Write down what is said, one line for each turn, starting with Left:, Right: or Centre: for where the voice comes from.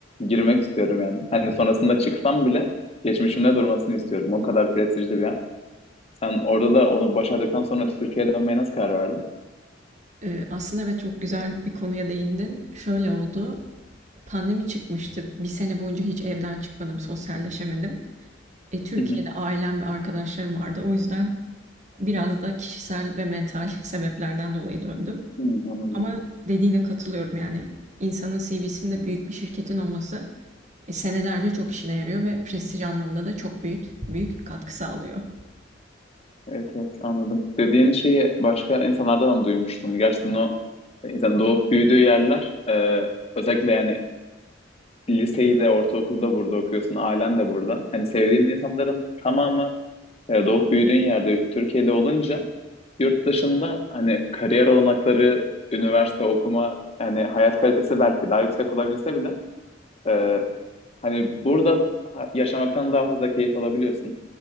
Left: girmek istiyorum yani. Hani sonrasında çıksam bile geçmişimde durmasını istiyorum. O kadar prestijli bir yer. Sen orada da onu başardıktan sonra Türkiye'ye dönmeye nasıl karar verdin?
Right: Eee, aslında evet çok güzel bir konuya değindin. Şöyle oldu. Pandemi çıkmıştı. Bir sene boyunca hiç evden çıkmadım, sosyalleşemedim. E, Türkiye'de
Left: Hı hı.
Right: ailem ve arkadaşlarım vardı. O yüzden biraz da kişisel ve mental <laughs> sebeplerden dolayı döndüm.
Left: Hı, anladım.
Right: Ama dediğine katılıyorum yani. İnsanın CV'sinde büyük bir şirketin olması e, senelerce çok işine yarıyor ve prestij anlamında da çok büyük büyük katkı sağlıyor.
Left: Evet evet anladım. Dediğin şeyi başka insanlardan da duymuştum. Gerçekten o insan doğup büyüdüğü yerler e, özellikle yani liseyi de ortaokulu da burada okuyorsun, ailen de burada. Hani sevdiğin insanların tamamı e, doğup büyüdüğün yerde Türkiye'de olunca yurt dışında hani kariyer olanakları, üniversite okuma, hani hayat kalitesi belki daha yüksek olabilse bile e, hani burada ha- yaşamaktan daha fazla keyif alabiliyorsun.